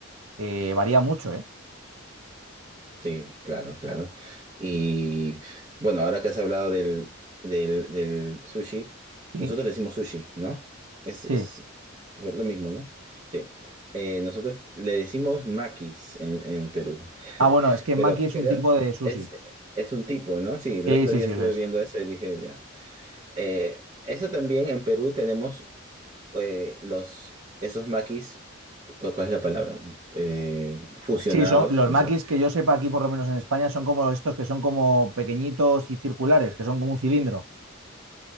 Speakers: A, on the right; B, on the right.
A: eh, varía mucho, ¿eh?
B: Sí, claro, claro. Y bueno, ahora que has hablado del, del, del sushi,
A: Sí,
B: nosotros le decimos sushi, ¿no? Es,
A: sí.
B: es lo mismo, ¿no? Sí. Eh, nosotros le decimos maquis en, en Perú,
A: Ah,
B: <laughs>
A: bueno, es que
B: pero
A: maki es
B: creo,
A: un tipo de sushi.
B: es, es un tipo, ¿no? Sí, el
A: Sí,
B: otro
A: sí,
B: día
A: sí,
B: estuve
A: eso es.
B: viendo eso y dije, ya. Eh, eso también en Perú tenemos eh, los, esos maquis, ¿cuál, cuál es la palabra? Eh, fusionados,
A: Sí, son los
B: no sé
A: makis que yo sepa aquí, por lo menos en España, son como estos que son como pequeñitos y circulares, que son como un cilindro.